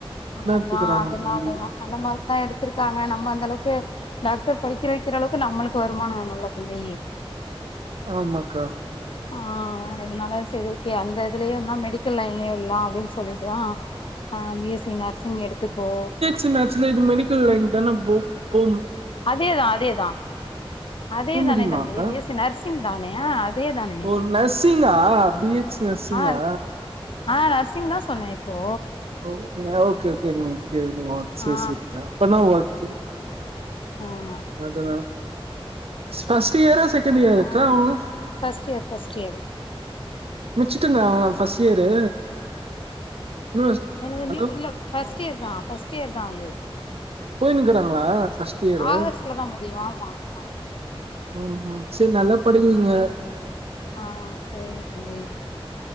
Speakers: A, on the left (about 60°); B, on the right (about 80°).
A: அதா
B: எடுத்துக்கிறாங்க
A: அதனாலதா
B: தம்பி
A: நல்ல மார்க் தா எடுத்திருக்காங்க நம்ம அந்த அளவுக்கு டாக்டர் படிக்ற வைக்கிற அளவுக்கு நம்மளுக்கு வருமானோ வேணுல்ல தம்பி
B: ஆமாக்கா
A: ஆ அதுனால சரி ஓகே அந்த இதுலேயுந்தா மெடிக்கல் லைன்லயு வுட்லா அப்டின் சொல்லிட்டுதா ஆ பி எஸ் சி நர்சிங் எடுத்துக்கேோ
B: சு மேக்சுவலி இது மெடிக்கல் லைன் தான போ போவு
A: அதேதா அதேதா அதே
B: போ
A: தானே
B: முடியுமாக்கா
A: தம்பி B S C nurse nursing தானேயா அதே தானே
B: ஓ நர்சிங்கா பி எச் நர்சிங்கா
A: ஆ ஆ நர்சிங் தா சொன்னே இப்போ
B: ஓகேங் ஓகே ஓகேங் ஓகே சேரி
A: ஆ
B: சேரி கா அப்பனா ஓகே
A: ஆ ஆ
B: அதனா ஃப்ஸ்ட் இயரா செகண்ட் இயர்
A: அதா
B: இருக்கா miss
A: first year first year
B: முச்சிட்டு இருந்தாங்களா ஃபஸ்ட் இயரு இன்னு
A: என்ன தம்பி
B: ஹலோ
A: இல்ல ஃபஸ்ட் இயர் தா ஃபஸ்ட் இயர் தா அது
B: போயினுக்கிறாங்களா ஃப்ஸ்ட் இயரு
A: ஆகஸ்ட்ல தா முடியு ஆமா ஆமா
B: ஓ ஓ சேரி நல்லா படிக்கவைங்க
A: ஆ சேரிங் தம்பி